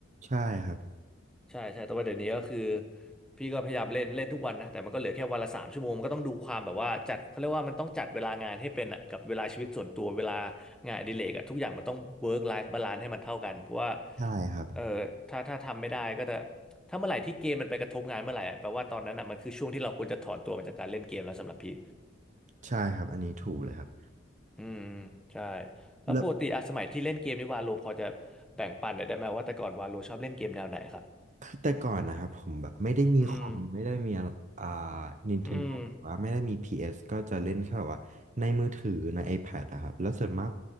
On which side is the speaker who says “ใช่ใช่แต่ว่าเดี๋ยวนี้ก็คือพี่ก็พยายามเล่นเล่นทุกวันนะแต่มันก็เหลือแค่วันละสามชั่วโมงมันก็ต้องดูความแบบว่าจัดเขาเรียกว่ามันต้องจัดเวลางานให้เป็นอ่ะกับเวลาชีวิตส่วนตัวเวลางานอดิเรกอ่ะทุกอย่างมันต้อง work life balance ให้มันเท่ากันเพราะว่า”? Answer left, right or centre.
Centre